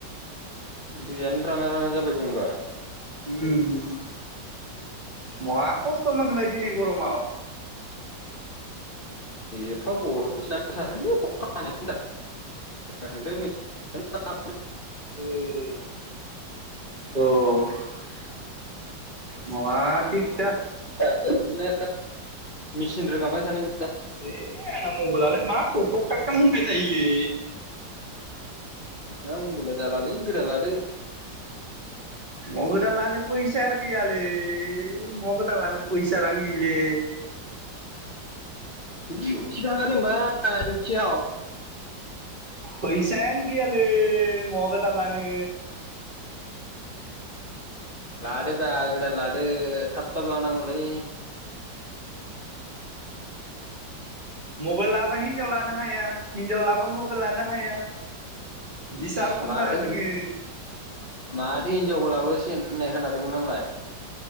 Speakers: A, on the left; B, on the right.
A: दैयानो राना राना जाबाय दं हबा
B: उम महा खस्थ' मोनबाय दिनै गरमाव
A: एफा गर'स सारोलै थां <unintelligible> <unintelligible>
B: औ मा थिगथार
A: नो मेचिन रोगाबाय थानाय
B: दे आंना मबाइलालाय मा थख थाखकटा होनबाय थायोलै
A: नोंना मबाइला जालालै गोदान लादो
B: म गोदान लानो फैस फैसा आरो गैयालै महा गोदान लानो फैसा रानो गैले।
A: दिउति थांङा होनबा दिउतियाव?
B: फैसायानो गैयाालै महा गोदान लानो।
A: लादोब्रा गोदान लादो थाब थाब लानांगौलै।
B: मबाइल लाबा हिनजाव लानो हाया हिनजाव लाबा मबाइल लानो हाया। बिसा
A: इस
B: रखम
A: माथो
B: जाना दोङो।
A: माथो हिनजावबो लाबोसिगोन होननाय खोनादोंमोन आंलाय।